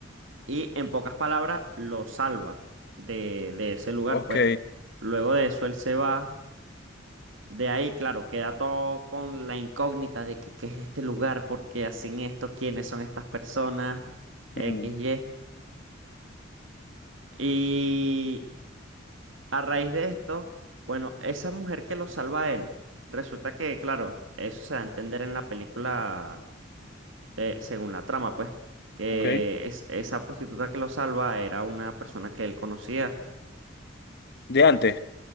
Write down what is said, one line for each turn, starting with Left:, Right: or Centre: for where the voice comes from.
Right: y en pocas palabras lo salva de, de ese lugar,
Left: ok.
Right: pues luego de eso él se va, de ahí claro, queda todo con la incógnita de que, qué es este lugar, por qué hacen esto, quiénes son estas personas, X,
Left: mm,
Right: Y. Y a raíz de esto, bueno, esa mujer que lo salva a él, resulta que claro, eso se da a entender en la película de- según la trama, pues, que
Left: ok.
Right: es, esa prostituta que lo salva era una persona que él conocía
Left: De antes.